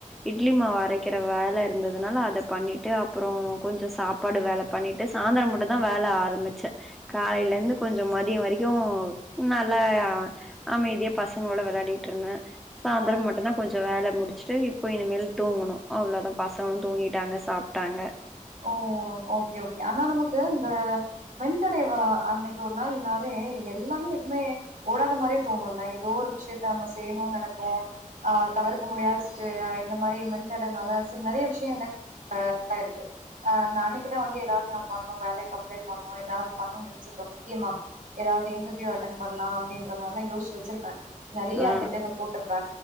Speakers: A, in the centre; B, on the right (about 75°).
A: இட்லி மாவு அரக்கிற வேல இருந்ததுனால அத பண்ணிட்டு அப்புறோ கொஞ்ச சாப் பாடு வேல பண்ணிட்டு சாந்தர மட்டுந்தா வேல ஆரமிச்ச காலைலேர்ந்து கொஞ்ச மதிய வரிக்கு நல்லா அமைதியா பசங்குளோட விளாடிகிட்ருந்த சாந்துர
B: ஆ
A: மட்டுந்தா கொஞ்ச வேல முடிச்சுட்டு இப்போ இனிமேல் தூங்குணு அவ்ளோதா பசங்ளு தூங்கிட்டாங்க சாப்ட்டாங்க
B: ஓ ஓகே ஓகே ஆனா நமக்கு இந்த மின்தடை வ அன்னக்கிட்ட ஒரு நாள் நாலே எல்லாமே எதுமே ஓடாத மாரியே தோணுல இதோ ஒரு விஷ்யத்த நம்ப செய்ணு நெனப்போ அ தவிர்க்க முடியாத சுச்வே அ இந்த மாரி மின் தடைனால சரி நறைய விஷ்ய என்ன அ அ இருக்கு அ நா அன்னக்குதா வந்து எதாவ்து நா பண்ணு வேலைக் அப்ளே பண்ணு எதாவ்து பண்ணு நென்ச்சிர்ப முக்கியமா எதாவ்து இன்டர்யூ அட்டன் பண்லா அப்டின்ற மார்லா யோஷி வச்சிருப்ப நறியா
A: ஆ
B: திட்டங்கள் போட்ருப்ப